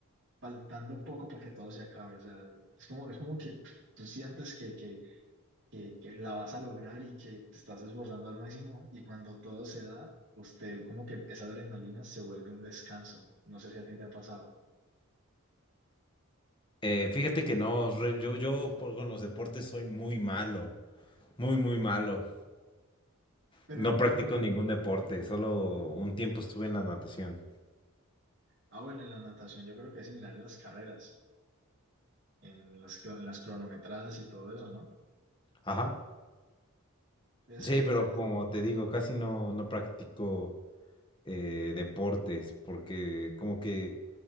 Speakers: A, on the right (about 55°); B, on the left (about 20°).
A: faltando poco para que todo se acabe. O sea, es como, es como que tú sientes que, que, que, que la vas a lograr y que te estás esforzando al máximo y cuando todo se da, usted como que esa adrenalina se vuelve un descanso. No sé si a ti te ha pasado.
B: Eh, fíjate que no, re- yo, yo por- con los deportes soy muy malo, muy, muy malo.
A: Pero
B: No
A: en el
B: practico
A: tema,
B: ningún deporte, solo un tiempo estuve en la natación.
A: Ah, bueno, en la natación yo creo que es similar en las carreras, en las, cro- en las cronometradas y todo eso, ¿no?
B: Ajá.
A: Es,
B: Sí,
A: es-
B: pero
A: es-
B: como te digo, casi no, no practico eh, deportes porque como que,